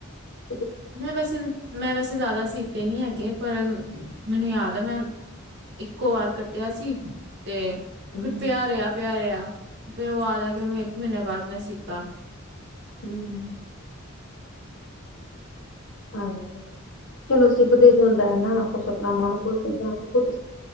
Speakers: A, on the left; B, on the right.
A: ।
B: ਮੈਂ ਵੈਸੇ, ਮੈਂ ਵੈਸੇ, ਜ਼ਿਆਦਾ ਸੀਤੇ ਨੀ ਹੈਗੇ। ਪਰ ਮੈਨੂੰ ਯਾਦ ਆ ਮੈਂ ਇੱਕੋ ਵਾਰ ਕੱਟਿਆ ਸੀ। ਤੇ ਉਹ,
A: ਹੂੰ
B: ਫਿਰ ਪਿਆ ਰਿਆ, ਪਿਆ ਰਿਆ। ਫੇਰ ਉਹ ਆ ਜਾ ਕੇ ਉਹਨੂੰ ਇੱਕ ਮਹੀਨੇ ਬਾਅਦ ਮੈਂ ਸੀਤਾ।
A: ਹੂੰ ਹਾਂਜੀ, ਚਲੋ ਸਿਬ ਤੇ ਜਾਂਦਾ ਹੈ। ਨਾ ਕੁਛ ਆਪਣਾ ਮੰਨ ਖੁਸ਼ ਜਾਂ ਕੁੱਝ